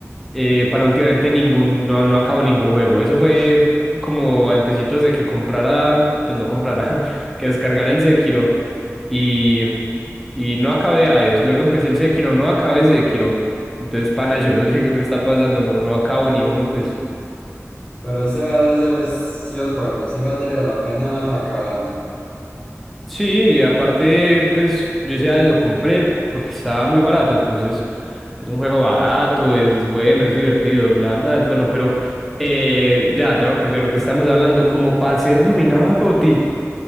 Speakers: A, in the centre; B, on the left (about 20°).
A: eh, para últimamente ningún, no, no acabo ningún juego. Eso fue como antecitos de que comprara, pues no comprara, <laughs> que descargara el Sekiro y, y no acabé Hades. Luego empecé el Sekiro, no acabé Sekiro. Entonces, pana, yo no sé <laughs> qué me está pasando, no, no acabo ni uno, pues.
B: Pero ese a veces sí es bueno, sí valdría la pena acabarlo.
A: Sí, aparte, pues yo ese Hades lo compré porque estaba muy barato, entonces es un juego barato, es bueno, es divertido, la verdad es bueno, pero eh, ya, ya me acordé de lo que estamos hablando, como para ser nominado a GOTY,